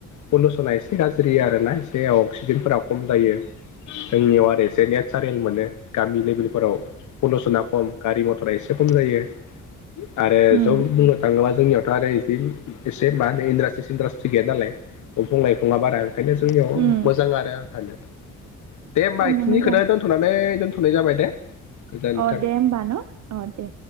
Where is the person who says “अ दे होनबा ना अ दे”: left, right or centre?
Right